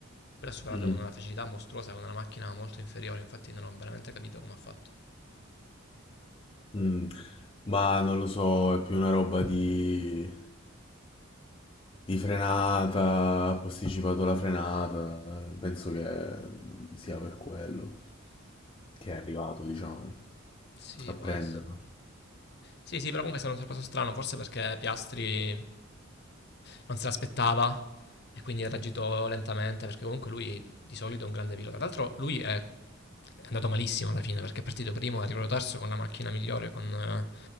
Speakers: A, on the left; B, on the left.
A: però ha superato
B: Mm,
A: con una facilità mostruosa, con una macchina molto inferiore, infatti non ho veramente capito come ha fatto.
B: mm. Ma non lo so, è più una roba di, di frenata, ha posticipato la frenata, penso che sia per quello che è arrivato, diciamo,
A: Sì,
B: a prenderlo.
A: può essere. Sì, sì, però comunque è stato un sorpasso strano, forse perché Piastri non se l'aspettava e quindi ha reagito lentamente, perché comunque lui di solito è un grande pilota. Tra l'altro lui è è andato malissimo alla fine perché è partito primo, è arrivato terzo con la macchina migliore, con, eh,